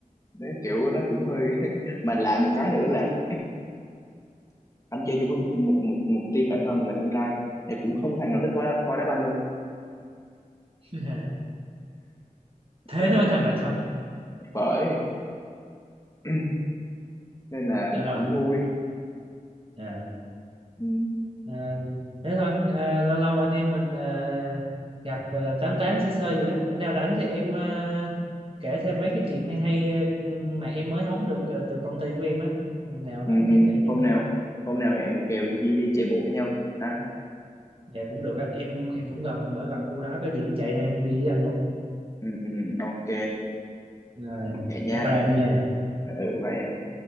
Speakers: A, on the left (about 20°); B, on the right (about 40°).
A: Đấy, kiểu nó cũng hơi <laughs> mà lạ một cái nữa là anh chơi chung với một một một, một team bạn thân là con trai thì cũng không thằng nào thích coi đá, coi đá banh luôn
B: <laughs> thế
A: Ờ,
B: nó mới thành bạn thân
A: bởi <clears throat> nên là
B: dạ rồi
A: cũng vui
B: Dạ.
A: ừ.
B: Ờ, thế thôi Ờ, lâu lâu anh em mình ờ, gặp ờ, tám tám sơ sơ gì đó bữa nào rảnh thì em ờ, kể thêm mấy cái chuyện hay hay ờ, mà em mới hóng được ờ, từ công ty của em á Lần nào
A: Ừ,
B: rảnh
A: ừ.
B: thì kể cho
A: hôm
B: nghe
A: nào hôm nào hẹn một kèo đi, đi chạy bộ với nhau ha
B: dạ cũng được á em em cũng gần ở gần khu đó có gì em chạy ra em đi với anh luôn
A: ừ, ừ, ok
B: rồi
A: vậy nha
B: bye bye anh nha
A: ừ bye em